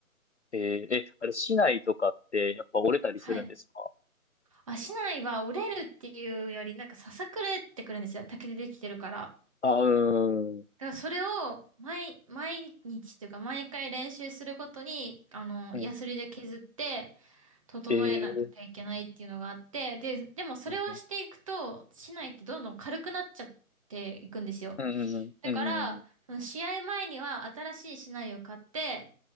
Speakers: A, on the left (about 55°); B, on the right (about 25°).
A: えー、え、あれ、市内とかってやっぱ折れたりするんですか
B: はい。足内は折れるっていうより、なんかささくれってくるんですよ。竹でできてるから。
A: あ、うーん。
B: だからそれを毎、毎日というか毎回練習するごとに、あの、
A: うん。
B: ヤスリで削って整えなきゃいけないっていうのがあって、
A: えー、
B: で、でもそれをしていくと、
A: うん
B: 竹刀ってどんどん軽くなっちゃっていくんですよ。
A: うんうんうんうん
B: だから、その試合前には新しい竹刀を買って、